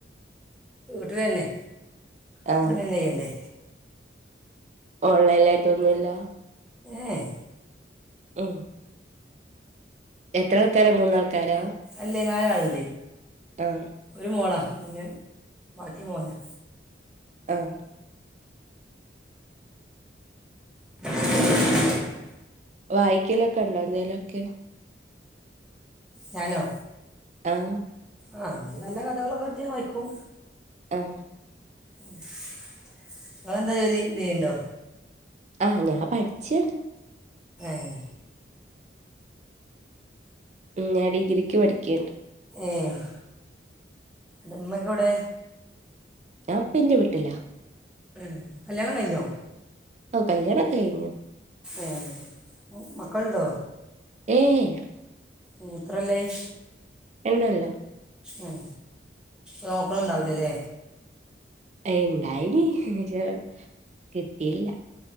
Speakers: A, in the centre; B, on the right.
A: വീട്ടിലെ നന്നെ
B: ആഹ്
A: ഇവിട്ത്തണിന്നെ കയ്യണ്ടെ
B: ഓൺലൈനായിട്ടൊന്നുല്ല
A: ഏയ്
B: മ്മ് എത്രൾക്കാര മൂന്നാൾക്കാരോ
A: അല്ലേ നാലാള്ണ്ടെ
B: ആഹ്
A: ഒരു മോളാ പിന്നെ ബാക്കി മോനാ
B: ആഹ്
A: <inaudible>
B: വായിക്കലൊക്കെ ഇണ്ടോ എന്തേലോക്കെ
A: ഞാനോ
B: ആഹ്
A: ആഹ് അങ്ങനെ നല്ല കഥകളൊക്കെ കിട്ടിയ വായിക്കും
B: ആഹ്‌
A: ഇങ്ങക്കെന്താ ജോലി ന്തേണ്ടോ?
B: ആഹ് ഞാൻ പഠ്‌ച്ചാണ്.
A: ഏഹ്
B: ഞാൻ ഡിഗ്രിക്ക് പഠിക്കേണ്.
A: ഏഹ് ൻ്റെമ്മാക്കെവടെ?
B: ഞാപ്പന്റെ വീട്ടിലാ.
A: ആഹ് കല്യാണം കഴിഞ്ഞോ?
B: ഓഹ് കല്യാണോക്കെ കഴിഞ്ഞു
A: ഏഹ് മ് മക്കള്ണ്ടോ?
B: ഏയ് ഇല്ല
A: ഉം എത്ര കൊല്ലായി?
B: രണ്ടൊല്ലം
A: ഉം നോക്ക്ണ് ണ്ടാവൂല്ലല്ല.
B: ഏയ് ഇണ്ടായില്ല <unintelligible> കിട്ടില്ല.